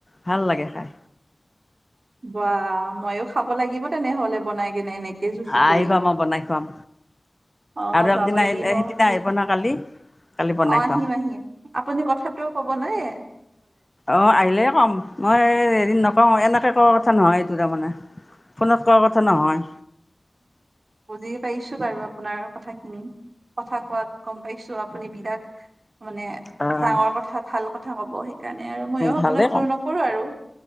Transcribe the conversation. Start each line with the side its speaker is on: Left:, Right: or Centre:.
Left: ভাল লাগে খাই।
Right: বা মই ও খাম। খাব লাগিব তেনেহ'লে বনাই কেনে এনেকে। জুতি
Left: আহিবা
Right: কৰি
Left: মই বনাই খুৱাম
Right: আহ
Left: আৰু
Right: যাব
Left: একদিনা
Right: লাগিব
Left: আহিলে সেইদিনা
Right: অ
Left: আহিব ন কালি কালি বনাই
Right: আহিম
Left: খুৱাম
Right: আহিম আপুনি কথাটো কব নে এ
Left: অ আহিলে ক'ম মই এদিন ন- অ এনেকে কোৱা কথা নহয় এইটো মানে ফোনত কোৱা কথা নহয়।
Right: বুজি পাইছো বাৰু আপোনাৰ কথা খিনি কথা কোৱাত গম পাইছো আপুনি বিৰাট। মানে
Left: আহ
Right: ডাঙৰ কথা ভাল কথা কব। সেইকাৰণে আৰু মইয়ো
Left: ভালেই
Right: আপোনাক
Left: ক'ম
Right: জোৰ নকৰো আৰু